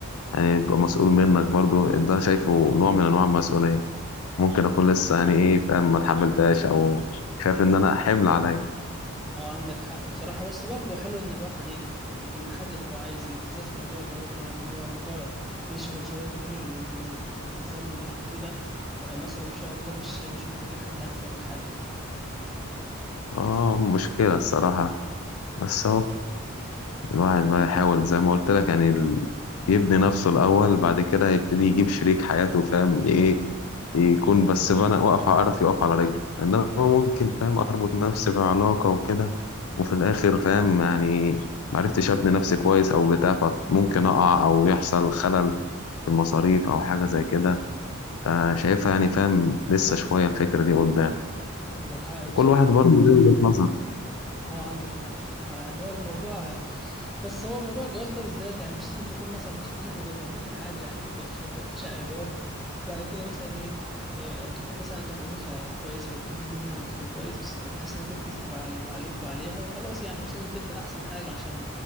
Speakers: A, on the left; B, in the centre.
A: يعني يبقى مسؤول منك برضو ده شايفه نوع من انواع المسؤوليه ممكن اكون لسه يعني ايه فاهم ما اتحملتهاش او شايف ان انا حمل عليا
B: اه عندك حق بصراحة بس برضه حلو ان الواحد ايه يكون محدد هو عايز ايه بالذات في موضوع الجواز ده لان هو موضوع بيشغل شباب كتير اليومين دول وفي الزمن اللي احنا فيه ده آه، مصر ما شاء الله مش مش مخليه حد عارف يعمل حاجة
A: اه مشكله الصراحه بس اهو الواحد بقى يحاول زي ما قلت لك يعني ال- يبني نفسه الأول بعد كده هيبتدي يجيب شريك حياته فاهم إيه يكون بس بنا واقف عارف يقف على رجله إنما ممكن فاهم أربط نفسي بعلاقة وكده وفي الآخر فاهم يعني معرفتش أبني نفسي كويس أو بتاع فممكن أقع أو يحصل خلل في المصاريف أو حاجة زي كده فشايفها يعني فاهم لسه شوية الفكرة دي قدام
B: عندك حق بصراحة
A: وكل واحد برضه <laughs> له وجهة نظر
B: اه عندك حق بصراحة يعني هو الموضوع بس هو موضوع الجواز ده بالذات يعني مش لازم تكون مثلا مستقر جدا ممكن عادي يعني تبدأ في شقة في شقة إيجار وبعد كده مثلا إيه آه، تكون مثلا عندك وظيفة كويسة بتج- بتجيب منها دخل كويس بس بحيث إنك أنت تصرف على- عليك وعليها وخلاص يعني مش لازم تبدأ أحسن حاجة عشان